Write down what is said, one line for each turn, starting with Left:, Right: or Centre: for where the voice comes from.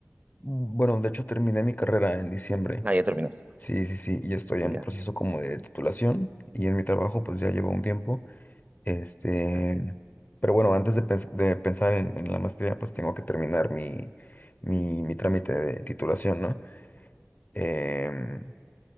Left: Bueno, de hecho terminé mi carrera en diciembre.
Right: Ah, ya terminaste.
Left: Sí, sí, sí, y estoy en
Right: Ya.
Left: proceso como de titulación y en mi trabajo pues ya llevo un tiempo. Este,
Right: Ah, bien,
Left: pero bueno, antes de, pens- de pensar en, en la maestría, pues tengo que terminar mi, mi, mi trámite de titulación, ¿no? Em,